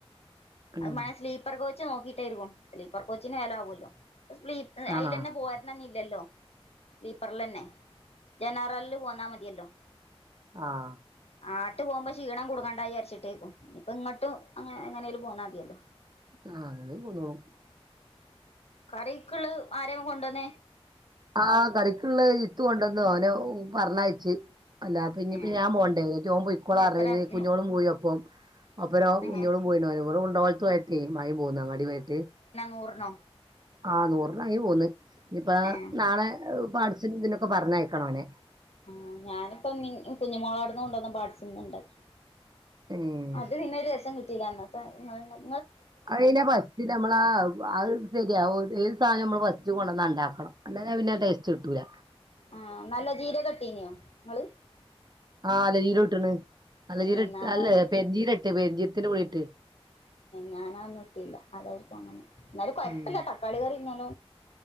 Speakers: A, on the left; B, on the right.
A: അത്
B: ഉം
A: മഴ സ്ലീപ്പർ കോച്ച് നോക്കിട്ടായിരിക്കും സ്ലീപ്പർ കോച്ചിന് വില ആവുമല്ലോ സ്ലീ അതിൽന്നെ
B: ആഹ്
A: പോരണന്ന ഇല്ലല്ലോ സ്ലീപ്പറൽ തന്നെ ജനർല്ല പോന്നാ മതിയല്ലോ
B: ആഹ
A: ആട്ട് പോകുമ്പോ ക്ഷീണം കുടുങ്ങേണ്ട വിചരിച്ചിട്ടേക്കും ഇപ്പ ഇങ്ങോട്ട് അങ്ങനെ എങ്ങനെും പോന്നാ മതില്ലോ
B: ആഹ് അങ്ങനെ പോന്നോളും
A: കറികള് ആര കൊണ്ടുവന്നേ
B: ആ കറിക്കുള്ള ഇത്തൊണ്ടന്ന അവന പറഞ്ഞായി അല്ല പിന്ന
A: ഏ
B: ഇപ്പ ഞാൻ പോകണ്ടേ പോഓ പോ ഇക്കള
A: എത്ര
B: കുഞ്ഞോളും
A: ഉം
B: പോയി അപ്പം അപ്പൊ
A: ഉം
B: കുഞ്ഞോൾ
A: ഏ
B: പോയിന്നട് മുണ്ടാകുളത് മഴ പോകുന്ന അങ്ങടിയ ആമായിട്ട്
A: നൂർനോ
B: ആ നൂറിലങ്ങി പോന്നു ഇപ്പ
A: ഏ
B: നാളെ അഠിച്ച ഇതിനൊക്കെ പറഞ്ഞയക്കണ അവനെ
A: ആഹ് ഞാനിപ്പൊ കുഞ്ഞുമമോളാടുന്ന് കൊണ്ടോന്ന പാടിച്ചുന്ന് ഇണ്ടാച്ചു
B: ഉം
A: അത് പിന്നെരു രസം കിട്ടിയില്ല എന്നന്നത്തെ നിങ്ങ
B: അതിനെ പറ്റി നമ്മളാ ശരിയാ ം നമ്മൾ വസ് കൊന്ന ഉണ്ടാക്കണം അന്നെ ടേസ്റ്റ് കിട്ടൂല്ല
A: ആഹ നല്ല ജീരകട്ടീനിയോ ങ്ങള്
B: ആ നലചീരം ഇട്ടണ് നലചീര
A: ഏ എന്നാ
B: ഇട്ട്
A: അതാണ്
B: അല്ല പെര്ഞ്ചീര ഇട്ട പേര്ജീരകത്തിന്റെ പൊടിയിട്ട്
A: ഞാനാന്നും ഇട്ടില്ല അതായിരിക്കും അങ്ങനെ എന്നാലും കുഴപ്പമില്ല
B: ഉം
A: തക്കാളി കറി ഇന്നാല